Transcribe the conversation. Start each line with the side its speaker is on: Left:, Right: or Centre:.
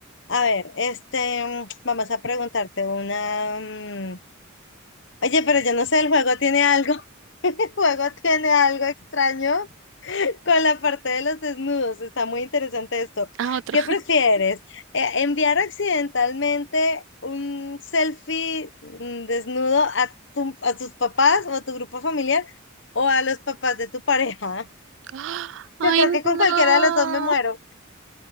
Left: A ver, este, mm, vamos a preguntarte una. mm, Oye, pero yo no sé, el juego tiene algo. juego tiene algo extraño <laughs> con la parte de los desnudos. Está muy interesante esto.
Right: Ah, otro.
Left: ¿Qué prefieres? Eh, ¿enviar accidentalmente un selfie mm, desnudo a, tu- a tus papás o a tu grupo familiar o a los papás de tu pareja?
Right: ¡Ah!
Left: <laughs>
Right: Ay,
Left: Yo creo que con
Right: no.
Left: cualquiera de los dos me muero.